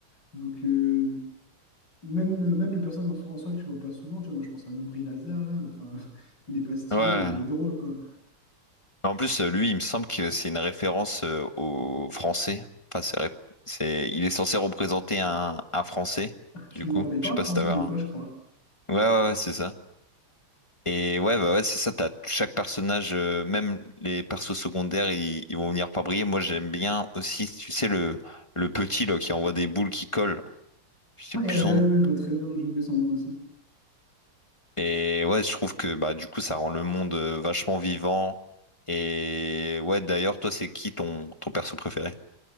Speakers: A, on the left; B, on the left.
A: Donc, euh, même, euh, même les personnes en, so- en soi que tu vois pas souvent, tu vois, moi je pense à Nombri Lazare là, enfin, <laughs> il est pas stylé,
B: Ouais.
A: mais il est drôle quoi.
B: Mais En plus, euh, lui, il me semble que c'est une référence euh, au français. Enfin, c'est, ré- c'est- il est censé représenter un, un français,
A: Je
B: du
A: suis mort.
B: coup.
A: Bah, il parle
B: Je sais pas
A: français
B: si t'avais
A: des
B: un...
A: fois, je crois.
B: Ouais, ouais, ouais, c'est ça. Et ouais, bah ouais, c'est ça, t'as chaque personnage, euh, même les persos secondaires, ils, ils vont venir par briller. Moi, j'aime bien aussi, tu sais, le, le petit, là, qui envoie des boules qui collent. Je sais
A: Ah,
B: plus
A: et, euh,
B: son nom.
A: ouais, ouais, je vois très bien, j'ai oublié son nom aussi.
B: Et ouais, je trouve que bah du coup ça rend le monde euh, vachement vivant. Et ouais, d'ailleurs, toi, c'est qui ton, ton perso préféré?